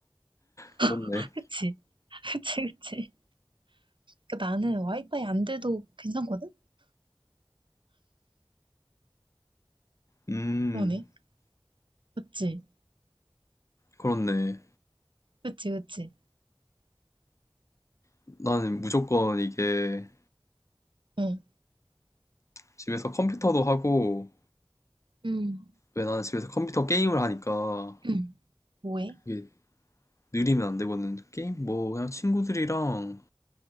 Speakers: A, on the left (about 35°); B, on the right (about 65°).
A: 그렇네.
B: <laughs> 그치? <laughs> 그치, 그치. 그 나는 와이파이 안 돼도 괜찮거든?
A: 음,
B: 그러네. 그치?
A: 그렇네.
B: 그치, 그치.
A: 나는 무조건 이게
B: 응.
A: 집에서 컴퓨터도 하고,
B: 음,
A: 왜 나는 집에서 컴퓨터 게임을 하니까
B: 음, 뭐해?
A: 이게 느리면 안 되거든. 게임? 뭐, 그냥 친구들이랑,